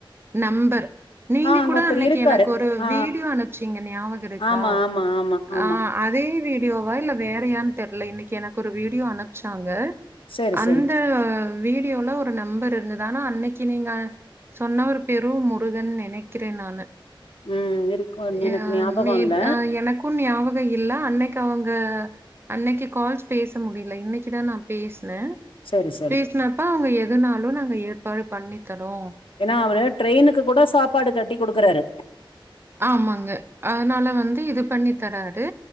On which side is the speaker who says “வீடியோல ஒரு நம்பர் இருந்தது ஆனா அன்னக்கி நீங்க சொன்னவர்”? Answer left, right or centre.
Right